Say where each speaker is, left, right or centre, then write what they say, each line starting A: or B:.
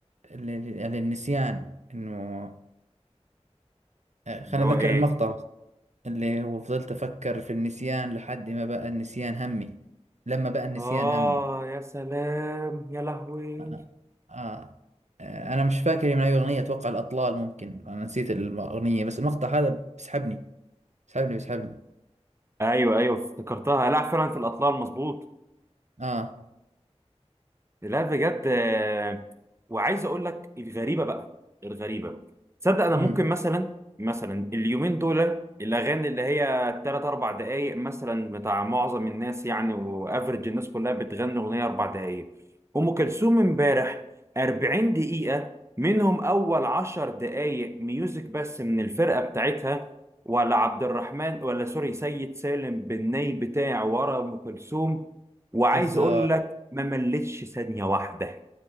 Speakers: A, on the right; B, on the right.
A: ال- ال- يعني النسيان انه آه، خلينا
B: اللي هو
A: اتذكر
B: ايه
A: المقطع اللي وفضلت أفكر في النسيان لحد ما بقى النسيان همي لما بقى النسيان
B: اه
A: همي
B: يا سلام يا لهوي
A: آه. آه. آه، أنا مش فاكر من أي أغنية أتوقع الأطلال ممكن أنا نسيت الأغنية بس المقطع هذا بيسحبني بيسحبني بيسحبني
B: ايوه ايوه افتكرتها لا فعلا في الاطلال مظبوط
A: آه
B: لا بجد آه، وعايز اقول لك الغريبه بقى الغريبه تصدق انا
A: أمم
B: ممكن مثلا مثلا اليومين دول الاغاني اللي هي 3 4 دقائق مثلا بتاع معظم الناس يعني وافرج الناس كلها بتغني اغنيه 4 دقائق ام كلثوم امبارح 40 دقيقه منهم اول 10 دقائق ميوزك بس من الفرقه بتاعتها ولا عبد الرحمن ولا سوري سيد سالم بالني بتاع ورا ام كلثوم وعايز
A: بالظبط
B: اقول ما ملتش ثانية واحدة